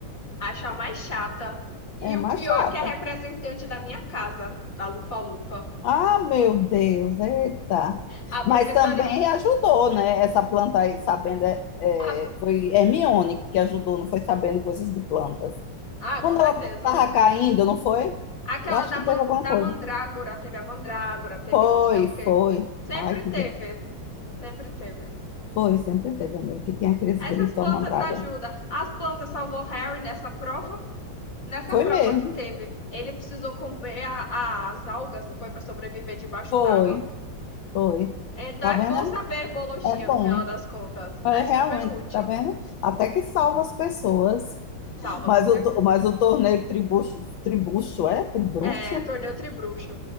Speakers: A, on the left; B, on the left.
A: Acho a mais chata. E
B: é mais
A: o pior
B: chata.
A: é que é a representante da minha casa, da Lufa Lufa.
B: Ah, meu Deus, eita.
A: A
B: Mas
A: professora.
B: também ajudou, né? Essa planta aí, sabendo, é, é,
A: Ah,
B: foi Hermione que ajudou, não foi sabendo coisas de plantas.
A: ah,
B: Quando
A: com certeza.
B: ela estava caindo, não foi?
A: Aquela
B: Eu acho
A: da,
B: que teve
A: man...
B: alguma
A: da
B: coisa.
A: Mandrágora, teve a Mandrágora, teve
B: Foi,
A: do sei o quê.
B: foi.
A: Sempre
B: Ai, que
A: teve,
B: grito.
A: sempre teve.
B: Foi, sempre teve, amigo, que tem aqueles
A: Essas
B: gritos
A: plantas
B: ao mandrágora.
A: ajudam. As plantas salvou Harry nessa prova. Nessa
B: Foi
A: prova
B: mesmo,
A: que teve, ele precisou comer a- as algas, não foi para sobreviver debaixo
B: foi,
A: d'água.
B: foi.
A: Então
B: Tá
A: é
B: vendo?
A: bom saber biologia
B: É é bom.
A: no final das contas.
B: É
A: É
B: realmente,
A: super útil.
B: tá vendo? Até que salva as pessoas.
A: Salva,
B: Mas
A: com certeza.
B: o, to- mas o torneio tribucho, tribucho, é? Tribruxo?
A: É, torneio Tribruxo.